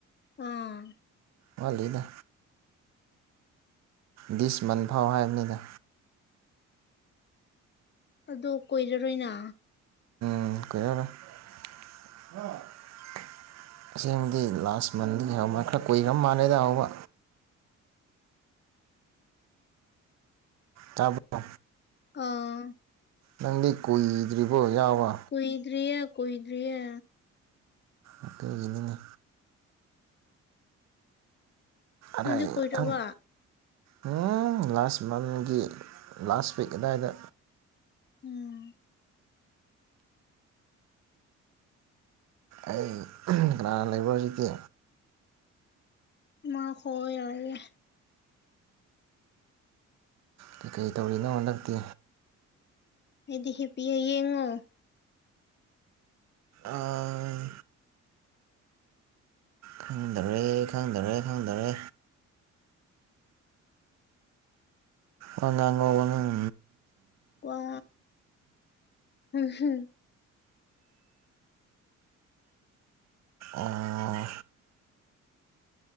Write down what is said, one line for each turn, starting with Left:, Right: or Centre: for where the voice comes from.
Left: ꯑꯥ
Right: ꯋꯥꯠꯂꯤꯗ ꯗꯤꯁ ꯃꯟ ꯐꯥꯎ ꯍꯥꯏꯕꯅꯤꯗ
Left: ꯑꯗꯣ ꯀꯨꯏꯔꯔꯣꯏꯅ
Right: ꯎꯝ ꯀꯨꯏꯔꯔꯣꯏ <unintelligible> ꯑꯁꯦꯡꯕꯗꯤ ꯂꯥꯁ ꯃꯟꯗꯒꯤ ꯍꯧꯕ ꯈꯔ ꯀꯨꯏꯔ ꯃꯥꯜꯂꯦꯗ ꯍꯧꯕ ꯇꯥꯕ꯭ꯔꯣ
Left: ꯑꫭ
Right: ꯅꯪꯗꯤ ꯀꯨꯏꯗ꯭ꯔꯤꯕꯣ ꯌꯥꯎꯕ
Left: ꯀꯨꯏꯗ꯭ꯔꯤꯌꯦ ꯀꯨꯏꯗ꯭ꯔꯤꯌꯦ
Right: ꯑꯗꯨꯒꯤꯅꯤꯅꯦ
Left: ꯅꯪꯗꯤ
Right: ꯑꯔꯩ
Left: ꯀꯨꯏꯔꯕꯣ
Right: ꯈꯪ ꯎꯝ ꯂꯥꯁ ꯃꯟꯒꯤ ꯂꯥꯁ ꯋꯤꯛ ꯑꯗꯥꯏꯗ
Left: ꯎꯝ
Right: ꯑꯩ ꯀꯅꯥꯒ ꯂꯩꯕꯔꫭ ꯍꯧꯖꯤꯛꯇꯤ
Left: ꯏꯃꯥ ꯍꯣꯏ ꯂꯩꯌꯦ
Right: ꯀꯩꯀꯩ ꯇꯧꯔꯤꯅꯣ ꯍꯟꯗꯛꯇꯤ
Left: ꯑꯩꯗꯤ ꯍꯤꯞꯄꯤꯌꯦ ꯌꯦꯡꯉꯣ
Right: ꯑꯥ ꯈꯪꯗꯔꯦ ꯑꯦ ꯈꯪꯗꯔꯦ ꯈꯪꯗꯔꯦ ꯋꯥ ꯉꯥꯡꯉꯣ ꯋꯥ ‌ꯉꯥꯡ
Left: ꯋꯥ <unintelligible>
Right: ꯑꯣ